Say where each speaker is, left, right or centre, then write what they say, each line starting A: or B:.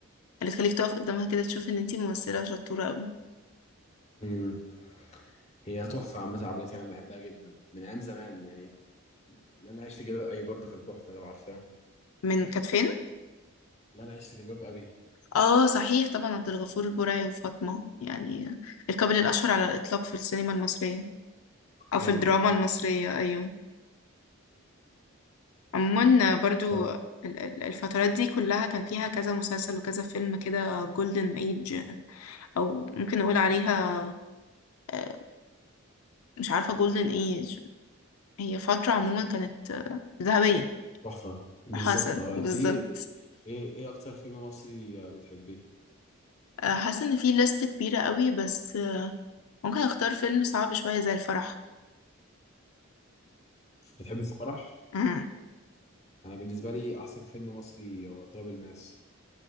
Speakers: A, on the left; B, on the left.
A: اللي تخليك تقف قدامها كده تشوف إن انتي ممثلة شطورة أوي
B: امم هي تحفة عامة عبلة كامل بحبها جدا من ايام زمان يعني لا انا عايش في جلباب ابي برضو كان تحفة لو عارفاه
A: من كانت فين؟
B: لا انا عايش في جلباب ابي
A: اه صحيح طبعا عبد الغفور البرعي وفاطمة يعني الكابل الأشهر على الإطلاق في السينما المصرية أو في
B: ايوه
A: الدراما المصرية أيوه عموما برضو
B: ف
A: ال- ال- الفترات دي كلها كان فيها كذا مسلسل وكذا فيلم كده جولدن ايج أو ممكن نقول عليها آه، مش عارفة جولدن ايج هي فترة عموما كانت آه، ذهبية
B: تحفه بالظبط
A: حسن
B: اه
A: بالظبط
B: انت ايه ايه ايه اكتر فيلم مصري آه، بتحبيه
A: آه، حاسة ان في لست كبيرة قوي بس آه، ممكن اختار فيلم صعب شوية زي الفرح
B: بتحبي الفرح
A: مم.
B: انا بالنسبه لي احسن فيلم مصري هو تراب الماس